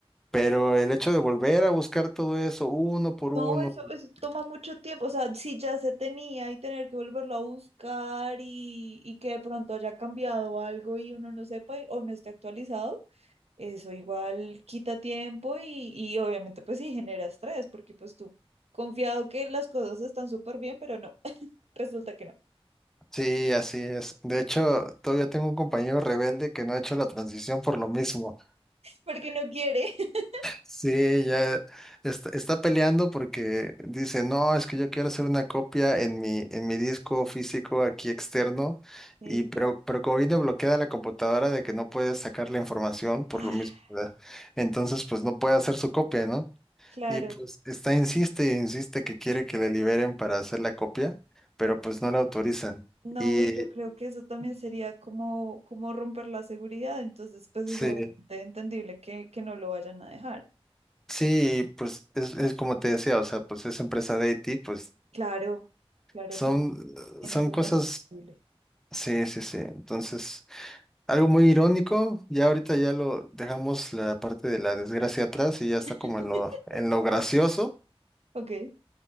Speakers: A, in the centre; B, on the right (about 90°).
A: Pero el hecho de volver a buscar todo eso uno por
B: No,
A: uno,
B: eso, eso toma mucho tiempo. O sea, si ya se tenía y tener que volverlo a buscar y, y que de pronto haya cambiado algo y uno no sepa y- o no esté actualizado. eso igual quita tiempo y, y obviamente pues sí genera estrés, porque pues tú confiado que las cosas están súper bien, pero no, <laughs> resulta que no,
A: sí, así es. De hecho, todavía tengo un compañero rebelde que no ha hecho la transición por lo mismo.
B: porque no quiere. <laughs>
A: Sí, ya está, está peleando porque dice, no, es que yo quiero hacer una copia en mi, en mi disco físico aquí externo,
B: Sí.
A: y pero, pero como viene bloqueada la computadora de que no puede sacar la información por
B: Ah,
A: lo mismo, ¿verdad? Entonces pues no puede hacer su copia, ¿no?
B: claro.
A: Y pues está, insiste y insiste que quiere que le liberen para hacer la copia, pero pues no la autorizan.
B: No,
A: Y
B: y yo creo que eso también sería como, como romper la seguridad, entonces pues
A: sí,
B: es obviamente entendible que, que no lo vayan a dejar.
A: sí, pues es, es como te decía, o sea, pues es empresa de IT, pues
B: Claro, claro,
A: son
B: tiene, tiene
A: son
B: información
A: cosas
B: sensible.
A: Sí, sí, sí. Entonces, algo muy irónico, ya ahorita ya lo dejamos la parte de la desgracia atrás y ya está
B: <laughs>
A: como en lo, en lo gracioso,
B: Ok,